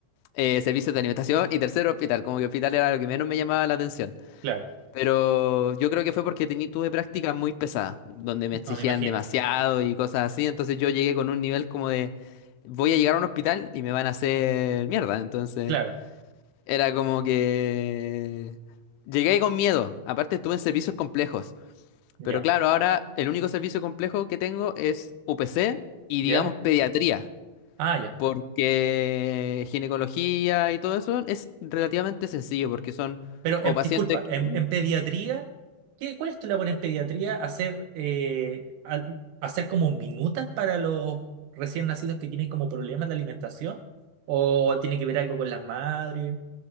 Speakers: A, on the left (about 85°); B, on the right (about 80°).
A: eh, servicios de alimentación, y tercero, Hospital. Como que Hospital era lo que menos me llamaba la atención.
B: claro,
A: Pero yo creo que fue porque tení- tuve prácticas muy pesadas, donde me exigían
B: no me imagino.
A: demasiado y cosas así, entonces yo llegué con un nivel como de, voy a llegar a un hospital y me van a hacer mierda, entonces
B: Claro,
A: era como que... Llegué con miedo, aparte estuve en servicios complejos. Pero
B: ya,
A: claro, ahora el único servicio complejo que tengo es UPC y
B: ya.
A: digamos pediatría,
B: Ah, ya.
A: porque ginecología y todo eso es relativamente sencillo, porque son
B: Pero,
A: o
B: em,
A: pacientes,
B: disculpa, en,
A: mm,
B: en pediatría, ¿qué, cuál es tu labor en pediatría? ¿Hacer, eh, al- hacer como minutas para los recién nacidos que tienen como problemas de alimentación? ¿O tiene que ver algo con las madres?